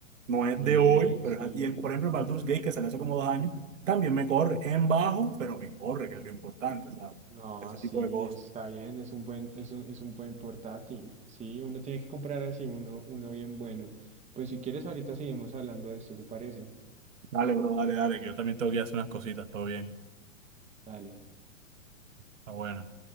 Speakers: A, on the right; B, on the right.
A: No es
B: bien,
A: de hoy, pero
B: sí,
A: es, y el, por ejemplo, el Baldur's Gate, que salió hace como dos años, también me corre en bajo, pero me corre, que es lo importante, ¿sabes?
B: no,
A: Ese
B: sí,
A: tipo de cosas.
B: está bien, es un buen, es un, es un buen portátil, sí, uno tiene que comprar así uno, uno bien bueno. Pues si quieres, ahorita seguimos hablando de esto, ¿te parece?
A: Dale, bro, dale, dale, que yo también tengo que ir a hacer unas cositas, todo bien.
B: Dale.
A: Está bueno.